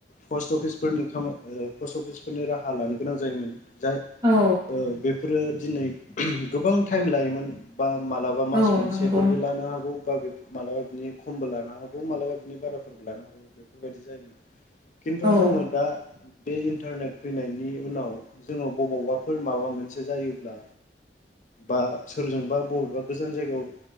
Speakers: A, on the left; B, on the right.
A: फ्सट अफिसफोरनि खामा ओ फ्सट अफिस फोरनि राहा लानो गोनां जायोमोन जाय
B: औ
A: ओ बेफोरो दिनै <unintelligible> गोबां टाइम लायोमोन बा मालाबा मास
B: औ
A: मोनसेफोरबो
B: नंगौ
A: लानो हागौ बा बेफो मालाबा बिनि खमबो लानो हागौ मालाबा बिनि बाराफोरबो लानो हागौ बेफोरबायदि जायोमोन खिन्थु
B: औ
A: जोङो दा बे इन्टारनेट फैनायनि उनाव जोङो बबावबाफोर माबा मोनसे जायोब्ला बा सोरजोंबा बबेबा गोजान जायगायाव